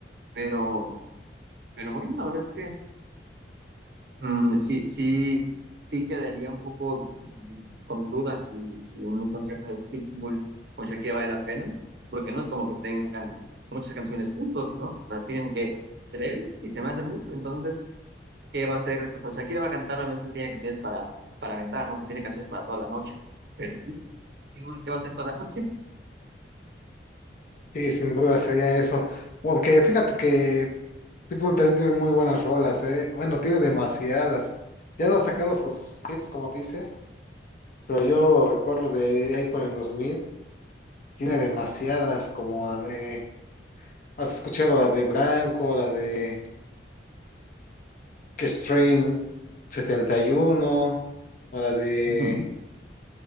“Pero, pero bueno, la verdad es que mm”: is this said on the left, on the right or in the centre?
Right